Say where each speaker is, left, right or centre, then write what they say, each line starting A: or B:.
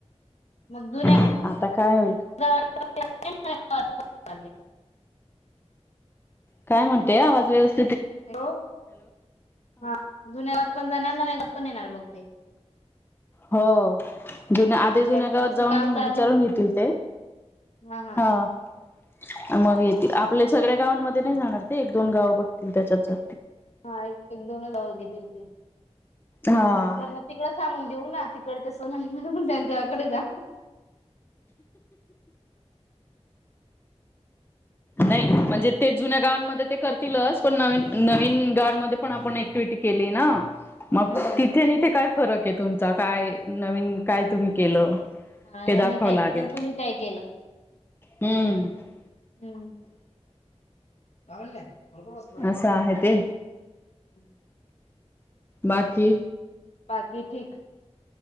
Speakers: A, on the left (about 70°); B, on the left (about 20°).
A: मग जुन्या
B: आता काय होईल
A: <unintelligible> <unintelligible>
B: काय म्हणते आवाज व्यवस्थ
A: हॅलो हा जुन्या गावात पण जाणार नव्या- पण येणार मग ते
B: हो. जुन आधी जुन्या
A: त्यांचं
B: गावात
A: कसं
B: जाऊन
A: काम चालू
B: विचारून घेतील ते
A: हा हा
B: हा मग येतील आपल्या सगळ्या गावांमध्ये नाय जाणार ते एक दोन गाव बघतील त्याच्यात जा
A: हा एक एक दोनच गाव घेतील ते
B: हा.
A: मग त्यांना तिकडं सांगून देऊ ना तिकडे ते सोना <unintelligible> त्यांच्या कडे जा
B: नाही म्हणजे ते जुन्या गावांमध्ये ते करतीलच, पण नवीन नवीन गावांमध्ये पण आपण ऍक्टिव्हटी केली ना. मग
A: हम्म
B: तिथे नी इथे काय फरक आहे तुमचा काय? नवीन काय तुम्ही केलं?
A: हा
B: ते
A: यांनी
B: दाखवावं
A: काय
B: लागेल
A: केलं आणि तुम्ही काय केलं?
B: हम्म
A: हं. <unintelligible> <unintelligible>
B: असं आहे ते
A: <unintelligible>
B: बाकी?
A: बाकी ठीक.